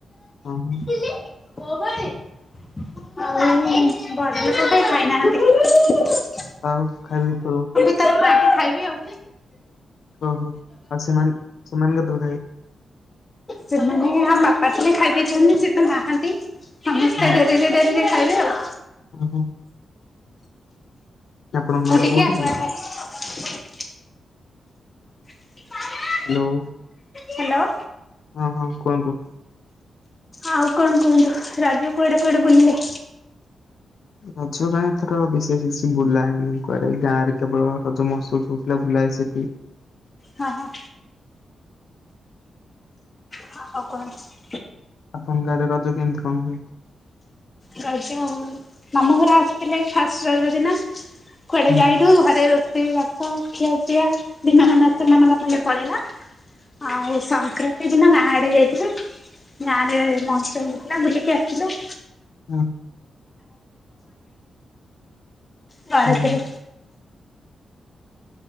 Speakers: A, on the left; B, on the left.
A: ହଁ ହଁ।
B: କଣ ପାଇଁ? ଆଉ ବଡ ଲୋକକେହି ଖାଇନାହାନ୍ତି।
A: ଆଉ ଖାଲି ପ୍ରୋ।
B: ଏଥର ମୁଁ ଆଗେ ଖାଇବି ଆଉ।
A: ଓହୋ ଆଉ ସେମାନେ ସେମାନେ କେତେବେଳେ
B: ସେମାନେ ଆ ବାପା ଥିଲେ ଖାଇ ଦେଇେଇଛନ୍ତି ସେ ତ ନାହାନ୍ତି। ସମସ୍ତେ
A: ଖାଇବେ
B: ଡେରିରେ ଡେରିରେ ଖାଇବେ ଆଉ।
A: ଓହୋ। ଆପଣଙ୍କ
B: ମୁଁ
A: ଘର
B: ଟିକେ
A: କୋଉଠି
B: ଆଗୁଆ
A: କି?
B: ଖାଏ। <inaudible>
A: ହ୍ୟାଲୋ।
B: ହ୍ୟାଲୋ।
A: ହଁ-ହଁ କୁହନ୍ତୁ।
B: ଆଉ କଣ କୁହନ୍ତୁ, ରଜ କୁଆଡେ କୁଆଡେ ବୁଲିଲେ?
A: ରଜ କାଇଁ ଏଥର ବିଶେଷ ବୁଲା ହେନି କୁଆଡେ ଗାଁ ରେ କେବଳ ରଜ ମହୋତ୍ସବ ହଉ ଭୁଲା ହେ ସେ କି।
B: ହଁ ହଁ। ହ ଆଉ କଣ?
A: ଆପଣଙ୍କ ଗାଡେ ରଜ କେମିତି କଣ ହୁଏ?
B: ରଜ ମାମୁ ଘର ଆସିଥିଲେ ଫାଷ୍ଟ ରଜ ଦିନ। କୁଆଡେ
A: ହୁଁ
B: ଯାଇ ନୁ ଘରେ ରୋଷେଇ ବାସ ଖିଆ ପିଆ ଦିନମାନ ସେମାନଙ୍କ ସାଙ୍ଗେ ପଳେଇଲା। ଆଉ ସଂକ୍ରାନ୍ତି ସେଦିନ ଗାଁ ଆଡେ ଯାଇଥିଲ। ଗାଁ ରେ ମହୋତ୍ସବ ହେଇଥିଲା ବୁଲିକି ଆସିଥିଲୁ
A: ହଁ।
B: ଭରତରେ
A: ହୁଁ ହୁଁ